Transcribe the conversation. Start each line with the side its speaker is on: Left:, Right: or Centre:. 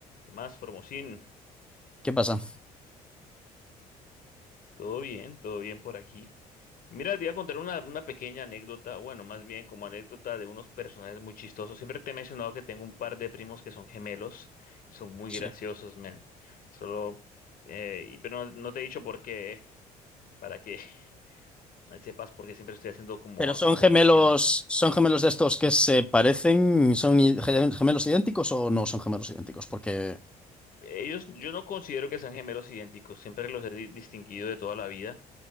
Left: ¿Qué más, Formosín?
Centre: ¿Qué pasa?
Left: Todo bien, todo bien por aquí. Mira, te iba a contar una, una pequeña anécdota, bueno, más bien como anécdota de unos personajes muy chistosos. Siempre te he mencionado que tengo un par de primos que son gemelos y son muy
Centre: Sí.
Left: graciosos, men. Solo, eh, y- pero no, no te he dicho por qué, eh, para que <laughs> sepas, porque siempre estoy haciendo como
Centre: Pero son
Left: a- acotaciones.
Centre: gemelos, son gemelos de estos que se parecen, son i- ge- gemelos idénticos o no son gemelos idénticos, porque
Left: Ellos, yo no considero que sean gemelos idénticos, siempre los he di- distinguido de toda la vida.